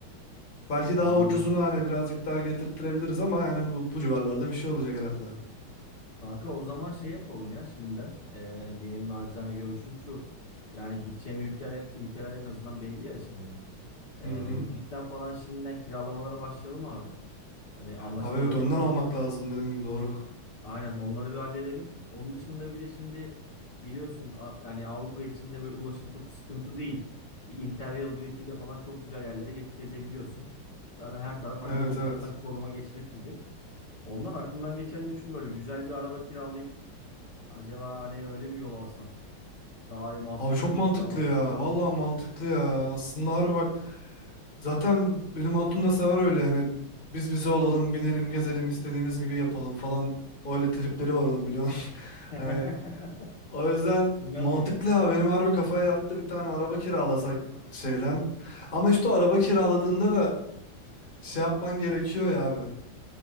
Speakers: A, on the left; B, on the left.
A: Belki
B: Anladım.
A: daha ucuzunu hani birazcık daha getirttirebiliriz ama yani bu, bu civarlarda bir şey olacak herhalde.
B: Kanka o zaman şey yapalım ya şimdiden. Ee, benim nacizane görüşüm şu. Yani gideceğin ülkeler, ülkeler en azından belli ya şimdi. Ee,
A: Hı hı.
B: bu cidden falan şimdiden kiralamalara başlayalım abi. Hani anlaşmaları
A: Abi evet önden
B: yapalım.
A: almak lazım dediğin gibi doğru.
B: Aynen onları bir halledelim. Onun dışında bir de şimdi biliyorsun a- yani Avrupa içinde böyle ulaşım çok sıkıntı değil. Bir Interrail biletiyle falan çok güzel yerlere geç- gezebiliyorsun. Zaten her taraf hani
A: Evet
B: Yozgat'tan
A: evet.
B: Çorum'a geçmek gibi. Ondan aklımdan geçen de şu böyle güzel bir araba kiralayıp acaba hani öyle mi yol alsam? Daha mantıklı
A: Abi çok
B: mı
A: mantıklı
B: olur? Daha ucuz
A: ya.
B: mu olur?
A: Vallahi mantıklı ya. Aslında harbi bak. Zaten benim hatun da sever öyle yani. Biz bize olalım, binelim, gezelim, istediğimiz gibi yapalım falan. Öyle tripleri var onun biliyorsun. <laughs>
B: <laughs>
A: Hani O yüzden
B: Bilmem
A: mantıklı
B: mi? Evet.
A: ya benim harbi kafaya yattı bir tane araba kiralasak şeyden. Ama işte o araba kiraladığında da şey yapman gerekiyor ya abi.